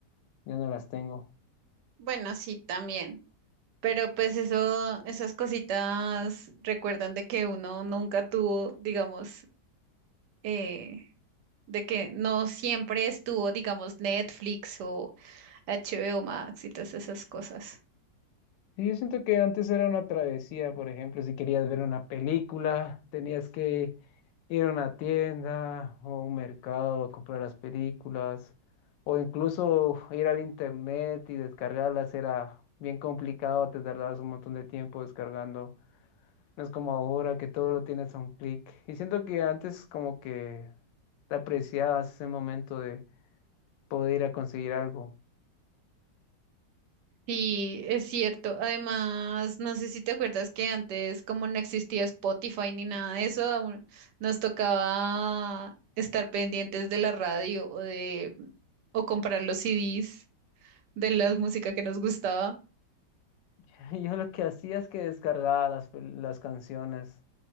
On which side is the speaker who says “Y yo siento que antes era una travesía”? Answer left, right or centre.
Left